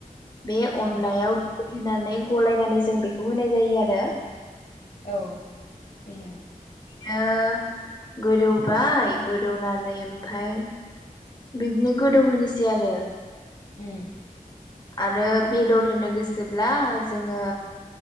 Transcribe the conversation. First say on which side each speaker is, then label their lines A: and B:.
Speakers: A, on the left; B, on the left.
A: बे
B: उम
A: अनलायाव होनानै गलायनानै जों बेखौ होनाय जायो आरो।
B: औ होयो।
A: बियो गोदौबाय गोदौनानै ओमफाय बिदिनो गोदौहोनोसै आरो।
B: उम।
A: आरो बेदर होनो गोसोब्ला जोङो